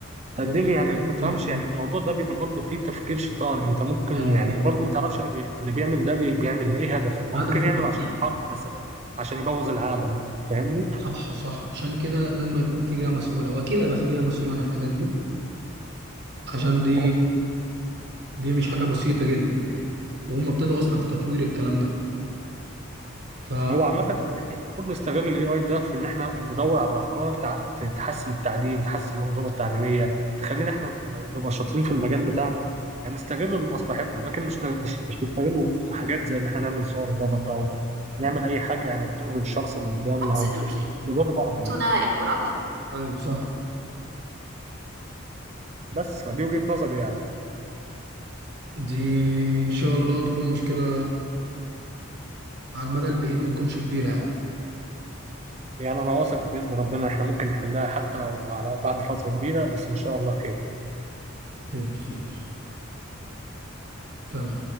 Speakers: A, on the right; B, on the right.
A: تقدمي
B: يوفر
A: يعني
B: عليا
A: ما تفهمش
B: بني ادمين
A: يعني الموضوع ده بيبقى برضه فيه تفكير شيطاني انت ممكن
B: ايوه
A: يعني برضه ما تعرفش اللي, بي... اللي بيعمل ده بي... بيعمل ليه هدفه ما
B: هدفه
A: ممكن يعمل
B: إيه؟
A: عشان الحرب مثلا عشان يبوظ العالم فاهمني
B: صح صح عشان كده لازم يكون في جهه مسؤوله واكيد هيبقى في جهه مسؤوله عن الحاجات دي عشان دي
A: هو
B: دي مش حاجه بسيطه جدا وهم ابتدوا اصلا في تطوير الكلام ده ف
A: هو عامة احنا المفروض نستغل الاي اي ده في ان احنا ندور على افكار تع- ت- تحسن التعليم، تحسن المنظومة التعليمية، تخلينا احنا نبقى شاطرين في المجال بتاعنا، يعني نستغله لمصلحتنا، لكن مش ن- مش مش نستغله في حاجات زي ان احنا نعمل صور غلط او نعمل اي حاجة يعني تضر الشخص اللي
B: <laughs>
A: قدامنا
B: Absolutely.
A: او ت- نضر بعض بيها،
B: تنا إن أرابيك ايوه صح
A: بس فدي وجهة نظري يعني،
B: دي ان شاء الله تكون مشكله على المدى البعيد ما تكونش كبيره يعني
A: يعني انا واثق باذن ربنا احنا ممكن نحلها حتى لو على بعد فترة كبيرة بس ان شاء الله خير يعني.
B: خير خير تمام